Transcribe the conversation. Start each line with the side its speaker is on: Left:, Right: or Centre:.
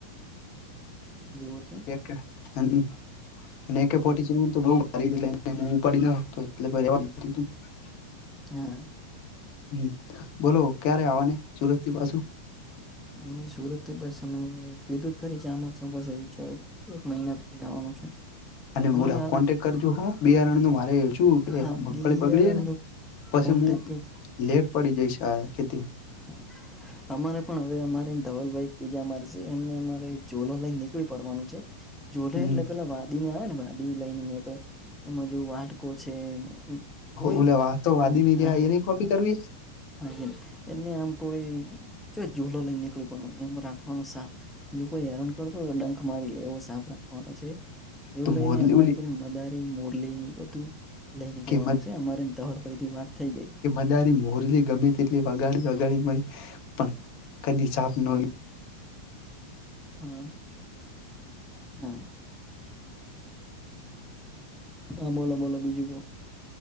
Centre: જેવો તે
Left: એક <unintelligible> અને એકે ફોટી સેવન તો બો ભારી એટલે તેને ઉપાડી ના <unintelligible>
Centre: ના.
Left: હુ બોલો ક્યારે આવાને સુરતથી પાછું
Centre: હું સુરતથી બસ અમે કીધું ખરી જમા <unintelligible> એક મહિના પહી જાવાનું છે.
Left: અને <unintelligible>
Centre: અમે હાલ
Left: કોન્ટેક કરજો હાં બિયારણનું મારે કેવું કે
Centre: હા
Left: આ મગફળી
Centre: બિયારણ
Left: બગડી જાયને
Centre: નો
Left: પછી
Centre: કોન્ટેક્ટ
Left: મુ લેટ પડી જાય છે, આ ખેતી
Centre: હા. અમારે પણ હવે અમારે ધવલભાઈ એક બીજા મારશે એમને અમારે ચૂલો લઈને નીકળી પડવાનું છે. જોલે
Left: હમ
Centre: એટલે પેલા વાદી ને આવે ને વાદી લઈને નીકળે એમાં જો વાટકો છે. હમ્મ કોઈ
Left: ઓલા વાતો વાદી ની
Centre: હા
Left: રહ્યા એની કોપી
Centre: હા
Left: કરવી
Centre: હા એ એને આમ કોઈ જો ઝૂલો લઈ ને નીકળ્યો પણ એમ રાખવાનું સા જો કોઈ હેરાન કરતો હોય તો ડંખ મારી લે એવો સાફ રાખવાનો છે. એવું
Left: તો
Centre: લઈને
Left: મોરલી
Centre: અમારે
Left: ઓલી
Centre: પેલી મદારી મુરલીને બધું લઈને
Left: કે
Centre: જવાનું છે, અમારે ધવલ ભાઈથી વાત થઈ ગઈ
Left: તારી મોરલી ગમે તેટલી વગાડી વગાડી મારી પણ કદી સાફ ન
Centre: હ. હા. હા બોલો બોલો બીજું કો